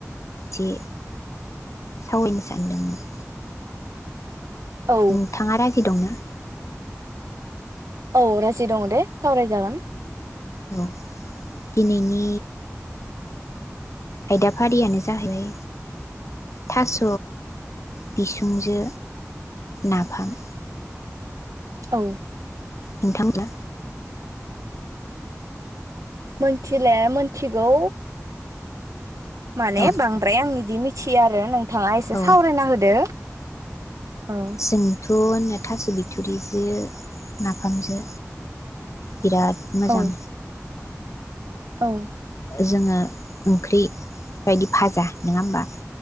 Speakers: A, on the left (about 65°); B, on the right (about 85°).
A: जे सावरायनो सानदोंमोन
B: औ
A: नोथाङा राजि दं ना
B: औ राजि दङ दे सावराय जागोन
A: औ दिनैनि आयदा फारियानो जाहैबाय थास' बिसुंजो नाफाम
B: औ
A: नोंथांमोना
B: मोनथिले मोनथिगौ माने
A: औ
B: बांद्राय आंनि सि आरो नोंथाङा एसे
A: औ
B: सावरायना होदो औ
A: जोंथ' होनो थास' बिथुरिजो नाफामजो बिराद मोजां
B: औ औ
A: जोङो ओंख्रि बायदि फाजा नोङा होमबा